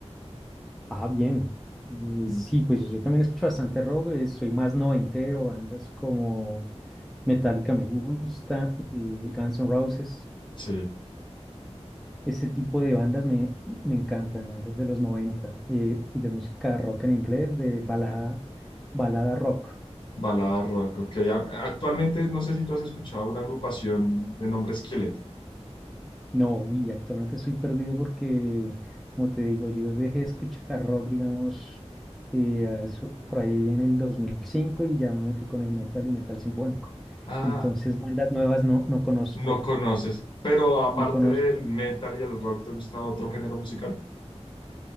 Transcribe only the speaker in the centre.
Ah, bien. Y
sí, pues yo también escucho bastante rock, eh, soy más noventero, bandas como Metallica me gusta, eh, Guns N' Roses,
ese tipo de bandas me, me encantan, bandas de los 90, eh, de música rock en inglés, de balada, balada rock.
No, uy, actualmente estoy perdido porque, como te digo, yo dejé de escuchar rock, digamos, eh, a eso- por ahí en el 2005 y ya me metí con el metal y metal sinfónico.
Entonces, bandas nuevas no, no conozco,
no conozco.